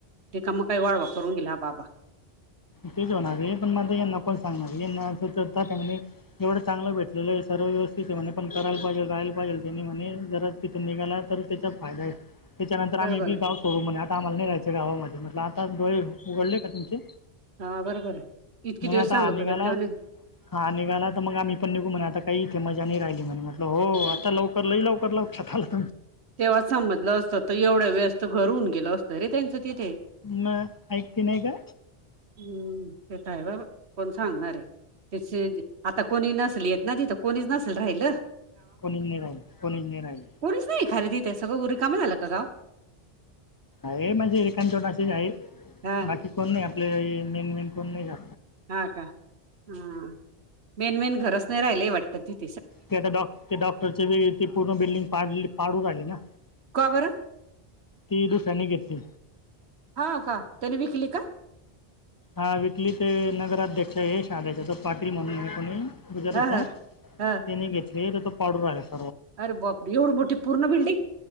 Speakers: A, on the right; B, on the left.
A: तिक मग काही वाळवा करून गेला बाबा
B: तेच होणार आहे पण मता यांना कोण सांगणार यांना अस तर त्या त्या एवढं चांगलं भेटलेलं आहे. सर्व व्यवस्थित आहे म्हणे पण करायला पाहिजे राहायला पाहिजेलनी म्हणे जरा तिथून निघाला तर त्याचा फायदा आहे. त्याच्यानंतर आम्ही
A: बरोबर आहे
B: बी गाव सोडू म्हण. आमाला नाही राहायचे गावामध्ये म्हटलं आता डोळे उघडले का तुमचे
A: हा बरोबर आहे इतके
B: म्हणे
A: दिवस
B: आता
A: सांगत
B: हा निघाला
A: हो ते्हा
B: हा निघाला तर मग आम्ही पण निघून आता काही इथे मजा नाही राहिली. म्ह म्हटलं हो आता लवकर लई लवकर लवछतला
A: तेव्हा समजलं असतं तर एवढ्या वेळेस तर घरून गेल असतं रे त्यांचं. तिथे
B: म ऐकती नाही का?
A: हम्म् ते तर आहे बाबा कोण सांगणारे तिची आता कोणी नस. येत नाय तिथ कोणीच नसल राहिल.
B: कोणी नाही राहिल कोणी नाही राहिल.
A: कोणीच नाही खारे तिथ ते सगळ रिकाम झाल का गाव
B: आहे म्हणजे एखादे दोन अशे आहे
A: हा
B: बाकी कोण नाही आपले नेम नेम कोण नाही जा.
A: हा का हम् मेन मेन घरच नाही राहिलय वाटत तिथ.
B: ते आता डॉ ते डॉक्टरची ते पूर्ण बिल्डिंग पाडली पाडू राहिले ना.
A: का बरं
B: ती दुसऱ्यांनी घेतली.
A: हा का त्याने विकली का
B: हा विकली ते नगराध्यक्ष हे शहाध्यक्ष पाटील म्हणूनये कोणी बुजर
A: हा
B: का त्याचया
A: हा हा
B: त्याने घेतली त्याचा पावडर रागायच.
A: अरे बापरे एवढी मोठी पूर्ण बिल्डिंग